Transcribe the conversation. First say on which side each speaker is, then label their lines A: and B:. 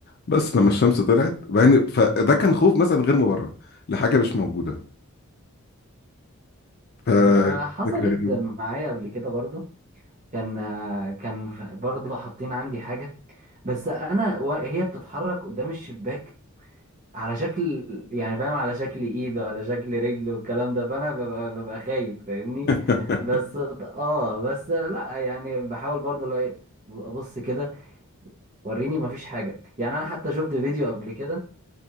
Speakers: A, on the left; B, on the right.
A: بس لما الشمس طلعت يعني فده كان خوف مثلا غير مبرر لحاجه مش موجوده ف
B: وحصلت
A: فكره غريبه
B: معايا قبل كده برضو كان كان ف- برضو حاطين عندي حاجة بس انا وهي بتتحرك قدام الشباك على شكل يعني فاهم على شكل ايد وعلى شكل رجل والكلام ده فانا ببقى, ببقى خايف فاهمني
A: <laughs>
B: بس اه بس لا يعني بحاول برضو لو ايه ابص كده وريني مفيش حاجة يعني أنا حتى شفت فيديو قبل كده